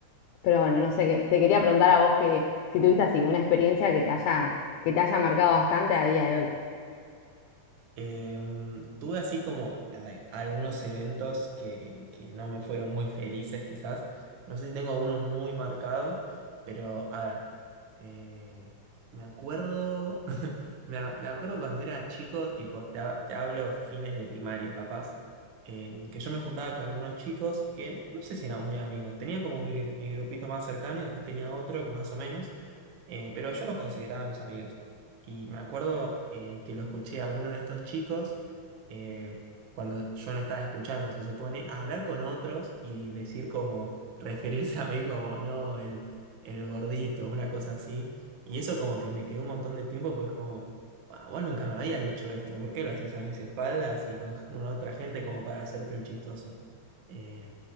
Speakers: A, on the left; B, on the right.
A: pero bueno, no sé, qué- te quería preguntar a vos que si tuviste así una experiencia que te haya, que te haya marcado bastante a día de hoy.
B: Em, tuve así como a ver, algunos eventos que, que no me fueron muy felices quizás. No sé si tengo uno muy marcado, pero a ver, eh, me acuerdo, <laughs> me, a- me acuerdo cuando era chico, tipo, te, ha- te hablo fines de primario capaz, em, que yo me juntaba con unos chicos que no sé si eran muy amigos. Tenía como mi, mi grupito más cercano y después tenía otro más o menos, eh, pero yo los consideraba mis amigos. Y me acuerdo eh, que lo escuché a uno de estos chicos, eh, cuando yo no estaba escuchando, se supone, a hablar con otros y decir como, <laughs> referirse a mí como, no, el, el gordito, una cosa así. Y eso como que me quedó un montón de tiempo, pues como, "Ah, vos nunca me habías dicho esto, ¿por qué lo haces a mis espaldas y con, con otra gente como para hacerte el chistoso? Eh,